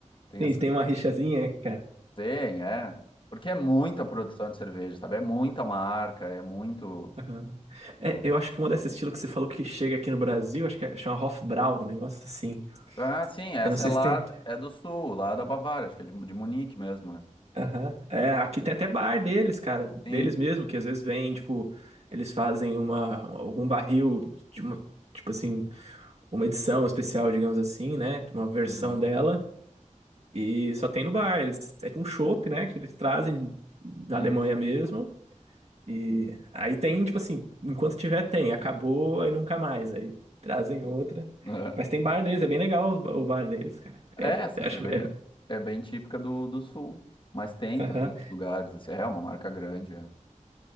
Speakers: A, on the left (about 40°); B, on the right (about 55°).
A: tem,
B: Tem,
A: essa-
B: tem uma rixazinha, cara.
A: tem, é. Porque é muita produção de cerveja, sabe? É muita marca, é muito,
B: Aham.
A: né?
B: É, eu acho que uma desse estilo que você falou que chega aqui no Brasil, acho que é, chama Hofbrau, um negócio assim.
A: Ah, sim, essa
B: Eu não sei
A: é lá,
B: se tem.
A: é do sul, lá da Bavária, acho que é de, de Munique mesmo. é.
B: Aham. É, aqui tem até bar deles, cara,
A: Sim.
B: deles mesmo, que às vezes vem, tipo, eles fazem uma, algum barril de uma, tipo assim, uma edição especial, digamos assim, né? de Uma versão
A: Uhum.
B: dela. E só tem no bar. Eles, é tipo um chopp, né? Que eles trazem da Alemanha
A: Isso.
B: mesmo. E aí tem, tipo assim, enquanto tiver, tem. Acabou, aí nunca mais. Aí trazem outra.
A: <laughs>
B: Mas tem bar deles, é bem legal o o bar deles, cara.
A: É,
B: É,
A: essa cerveja
B: acho, é,
A: é bem típica do, do sul. Mas tem
B: aham.
A: também em outros lugares, assim. É é uma marca grande, é.